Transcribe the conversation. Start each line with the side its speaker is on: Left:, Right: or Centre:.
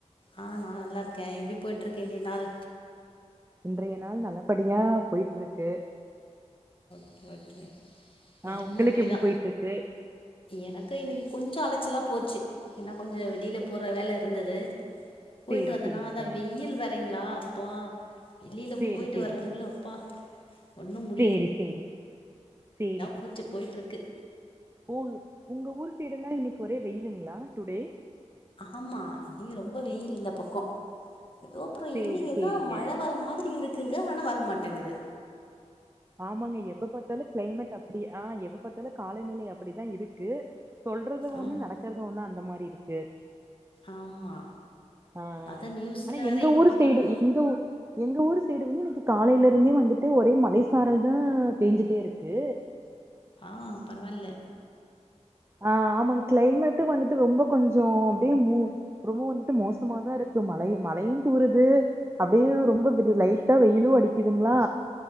Left: ஆ நா நல்லாருக்கே எப்டி போயிட்டு இருக்கு இன்றைய நாள்
Right: இன்றைய நாள் நல்லபடியா போயிட்ருக்கு
Left: ஓக்கே
Right: ஆ
Left: எனக்கும்
Right: உங்களுக்கு
Left: அப்டிதா
Right: எப்டி போயிட்டு இருக்கு
Left: எனக்கு இன்னைக்கி கொஞ்சோ அலைச்சலா போச்சு ஏன்னா கொஞ்சோ வெளில போற வேல இருந்துது போய்ட்டு
Right: சேரி
Left: வந்தனா
Right: சேரிங்க
Left: அதா வெயில் வேறங்களா ப வெளில
Right: சேரி
Left: போயிட்டு
Right: சேரிங்க
Left: வர்றதுக்குள்ள அப்பா ஒன்னு மு
Right: சேரி சேரி சேரி சார்
Left: போச்சு போயிட்டுருக்கு
Right: ஊர் உங்க ஊர் அந்த சைடெலா இன்னைக்கு ஒரே வெயிலுங்களா டுடே
Left: ஆமா இங்க ரொம்ப வெயில் இந்த பக்கோ எதோ அப்புறோ
Right: சேரி
Left: ஈவினிங் என்னா
Right: சேரிங்க
Left: மழ வர்ர மாரி இருக்கு க்குங்க ஆனா வரமாட்டேங்குது
Right: ஆமாங்க எப்ப பாத்தாலு க்ளைமேட் அப்டி ஆஹ் எத பாத்தாலு காலநிலை அப்டிதா இருக்கு சொல்றது ஒண்ணு
Left: ஆமா
Right: நடக்கறது ஒண்ணு அந்த மாரி எப்டி இருக்கு
Left: ஆமா
Right: ஆஹ் ஹா
Left: அத நியூஸ்ல
Right: ஆனா
Left: வேற
Right: எங்க ஊரு
Left: பக்கல்லா
Right: சைடு எங்க ஊ எங்க ஊரு சை டு வந்து இன்னைக்கு காலைல இருந்தே வந்துட்டு ஒரே மலை சாரல்தா பேஞ்சுட்டே இருக்கு
Left: ஹா பரவாயில்ல
Right: ஆ ஆமாங் கிளைமேட்டு வந்துட்டு ரொம்ப கொஞ்சோ அப்டியே மூ ரொம்ப வந்துட்டு மோசமாதா இருக்கு மழயு மழையூ தூருது அப்டியே ரொம்ப லைட்டா வெயிலு அடிக்குதுங்ளா